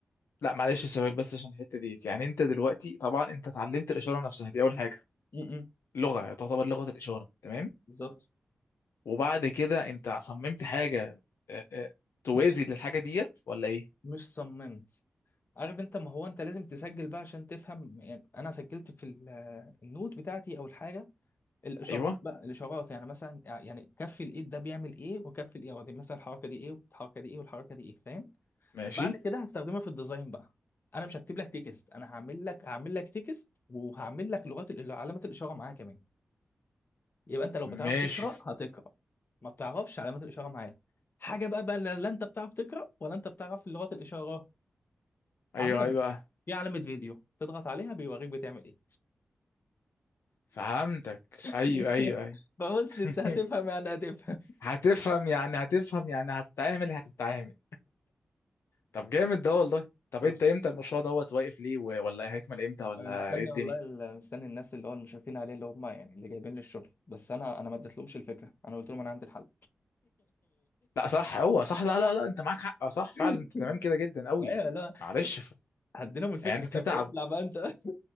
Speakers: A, on the left (about 80°); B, on the left (about 55°).
A: لا معلش سؤال بس عشان الحتة ديت يعني انت دلوقتي طبعا انت اتعلمت الإشارة نفسها دي اول حاجة
B: م- م.
A: لغة تعتبر لغة الإشارة تمام
B: بالظبط
A: وبعد كده انت صممت حاجة آه، آه، توازي
B: مش
A: للحاجة ديت ولا ايه
B: مش صممت عارف انت ما هو انت لازم تسجل بقى عشان تفهم يعني انا سجلت في ال- النوت بتاعتي او الحاجه الاشارات
A: ايوه
B: بقى الاشارات يعني مثلا يعني كف الايد ده بيعمل ايه وكف الايد دي مثلا الحركه دي ايه والحركه دي ايه والحركه دي ايه فاهم
A: ماشي
B: بعد كده هستخدمها في الديزاين بقى انا مش هكتب لك تكست انا هعمل لك هعمل لك تكست وهعمل لك لغات ال- علامات الاشاره معاه كمان يبقى انت لو بتعرف
A: ماشي
B: تقرا هتقرا ما بتعرفش علامات الاشاره معاه حاجه بقى بقى لا لا انت بتعرف تقرا ولا انت بتعرف لغات الاشاره
A: ايوه
B: هعمل لك
A: ايوه
B: في علامه فيديو تضغط عليها بيوريك بتعمل ايه
A: فهمتك
B: <laughs>
A: ايوه ايوه ايوه
B: فبص
A: <laughs>
B: انت هتفهم يعني هتفهم
A: هتفهم يعني هتفهم يعني هتتعامل هتتعامل طب جامد ده والله طب
B: <laughs>
A: انت امتى المشروع دوت واقف ليه و- ولا ايه هيكمل امتى ولا
B: انا مستني
A: ايه الدنيا
B: والله ال- مستني الناس اللي هو المشرفين عليه اللي هم يعني اللي جايبين لي الشغل بس انا انا ما اديتلهمش الفكره انا قلت لهم انا عندي الحل
A: لا صح هو صح لا لا لا انت معاك حق صح فعلا
B: <laughs>
A: انت تمام كده جدا قوي
B: ايوه لا
A: معلش ف...
B: هديلهم الفكره
A: يعني انت تتعب
B: طب ابلع بقى انت <laughs>